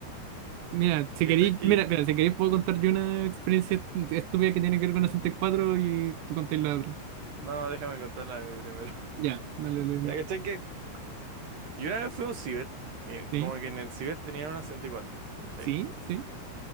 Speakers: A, on the right; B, on the right.
A: Mira,
B: Que
A: si queréis,
B: cachai que...
A: mira, mira, si queréis puedo contar yo una experiencia est- estúpida que tiene que ver con la 64 y cuatro y tú contáis la otra.
B: No, déjame contarla a mí primero. <laughs>
A: Ya, dale, dale, dale.
B: Ya, cachai que... Yo una vez fui a un ciber, y
A: Sí,
B: como que en el ciber tenían una 64, ¿cachai?
A: sí, sí.